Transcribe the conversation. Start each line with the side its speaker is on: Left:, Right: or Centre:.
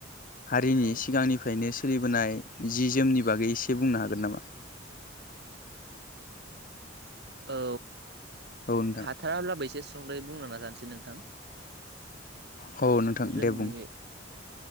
Left: हारिनि
Right: औ
Left: सिगांनिफ्रायनो सो सोलिबोनाय जि जोमनि बागै इसे बुंनो हागोन नामा
Right: औ
Left: औ नोंथां
Right: हाथाराब्लाबो एसे सुंद'यै बुंनो नाजानोसै नोंथां
Left: ह नोंथां
Right: जोंनि
Left: दे बुं